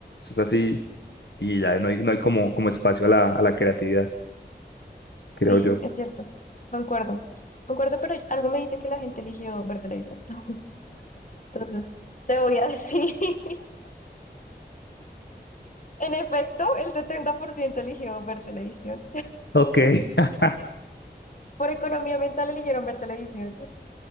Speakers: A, on the left; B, on the left.
A: es así, y ya no hay, no hay como, como espacio a la, a la creatividad, creo
B: Sí,
A: yo.
B: es cierto. Concuerdo. Concuerdo, pero algo me dice que la gente eligió ver televisión. <laughs> Entonces, te voy a decir, <laughs> en efecto, el 70% eligió ver televisión.
A: Ok, <laughs>
B: Por economía mental eligieron ver televisión.